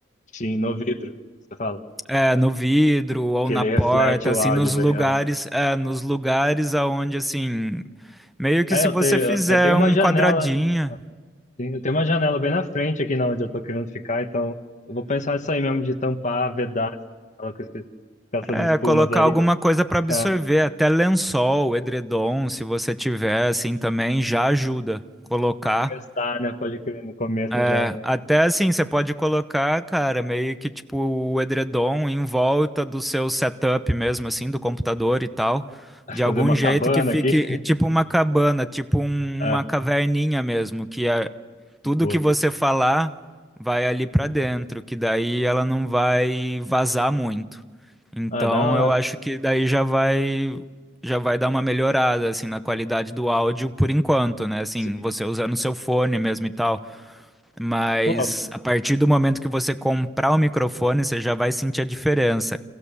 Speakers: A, on the left; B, in the centre.
A: Sim, no vidro, você fala.
B: É, no vidro ou
A: Que
B: na
A: ele
B: porta,
A: reflete o
B: assim,
A: áudio
B: nos
A: bem.
B: lugares,
A: Ah.
B: é, nos lugares aonde, assim, meio que
A: É,
B: se
A: eu
B: você
A: tenho,
B: fizer
A: eu tenho uma
B: um
A: janela.
B: quadradinho,
A: Ah. Sim, eu tenho uma janela bem na frente aqui na onde eu tô querendo ficar, então eu vou pensar isso aí mesmo de tampar, vedar ela com, esses- com essas
B: é,
A: espumas
B: colocar
A: aí.
B: alguma coisa para absorver,
A: É,
B: até lençol, edredom, se você tiver, assim, também já ajuda colocar.
A: pra começar, né? Pode crer, no começo
B: É,
A: já
B: até assim, você pode colocar, cara, meio que tipo o edredom em volta do seu setup mesmo, assim, do computador e tal,
A: <laughs>
B: de algum
A: fazer uma
B: jeito
A: cabana
B: que fique
A: aqui. <laughs>
B: tipo uma cabana, tipo um-
A: Ah,
B: uma caverninha mesmo, que é, tudo
A: boa.
B: que você falar vai ali pra dentro, que daí ela não vai vazar muito. Então,
A: Ah, da hora.
B: eu acho que daí já vai já vai dar uma melhorada assim na qualidade do áudio por enquanto, né? Assim,
A: Sim.
B: você usando seu fone mesmo e tal. Mas
A: Pô,
B: a partir do momento que você comprar o microfone, você já vai sentir a diferença.